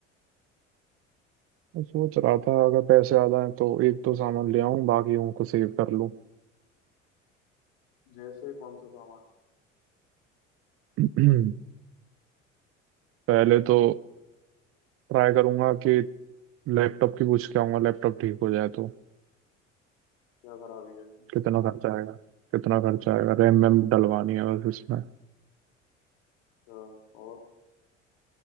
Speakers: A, on the right; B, on the left.
A: मैं सोच रहा था अगर पैसे आ जाएं तो एक तो सामान ले आऊं बाकियों को सेव कर लूं
B: जैसे कौन सा सामान
A: <clears throat> पहले तो ट्राई करूंगा कि लैपटॉप की पूछ के आऊंगा लैपटॉप ठीक हो जाए तो
B: क्या खराबी है इसमें
A: कितना खर्चा आएगा कितना खर्चा आएगा रैम वैम डलवानी है बस इसमें
B: अच्छा और